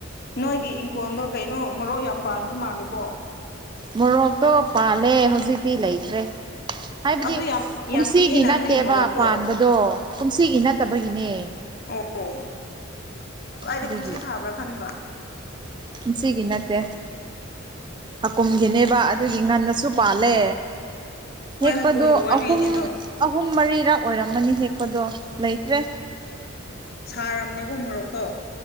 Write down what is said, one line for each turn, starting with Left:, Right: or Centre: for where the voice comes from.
Left: ꯅꯣꯏꯒꯤ ꯏꯪꯈꯣꯜꯗꯣ ꯀꯩꯅꯣ ꯃꯣꯔꯣꯛ ꯌꯥꯝ ꯄꯥꯟꯕ ꯃꯥꯜꯂꯦꯀꯣ
Right: ꯃꯣꯔꯣꯛꯇꯣ ꯄꯥꯜꯂꯦ ꯍꯧꯖꯤꯛꯇꯤ ꯂꯩꯇ꯭ꯔꯦ ꯍꯥꯏꯕꯗꯤ
Left: ꯑꯗꯨ ꯌꯥꯝ
Right: ꯀꯨꯝꯁꯤꯒꯤ
Left: ꯌꯥꯝ ꯄꯤꯛꯑꯦꯅ
Right: ꯅꯠꯇꯦꯕ
Left: ꯅꯣꯏꯒꯤ ꯃꯣꯔꯣꯛꯇꯣ
Right: ꯄꯥꯟꯕꯗꯣ ꯀꯨꯝꯁꯤꯒꯤ ꯅꯠꯇꯕꯒꯤꯅꯦ
Left: ꯑꯣ ꯑꯩꯗꯤ
Right: ꯑꯗꯨꯒꯤ
Left: ꯀꯨꯝꯁꯤ ꯊꯥꯕ꯭ꯔꯥ ꯈꯟꯕ
Right: ꯀꯨꯝꯁꯤꯒꯤ ꯅꯠꯇꯦ ꯍꯀꯨꯝꯒꯤꯅꯦꯕ ꯑꯗꯨꯒꯤ ꯉꯟꯅꯁꯨ ꯄꯥꯜꯂꯦ
Left: ꯍꯣꯏ
Right: ꯍꯦꯛꯄꯗꯣ
Left: ꯍꯀꯨꯝꯒꯤ ꯑꯣꯏꯕꯒꯤꯅꯤꯗꯣ
Right: ꯑꯍꯨꯝ ꯑꯍꯨꯝ ꯃꯔꯤꯔꯛ ꯑꯣꯏꯔꯝꯃꯅꯤ ꯍꯦꯛꯄꯗꯣ ꯂꯩꯇ꯭ꯔꯦ
Left: ꯁꯥꯔꯕꯅꯦꯀꯣ ꯃꯣꯔꯣꯛꯇꯣ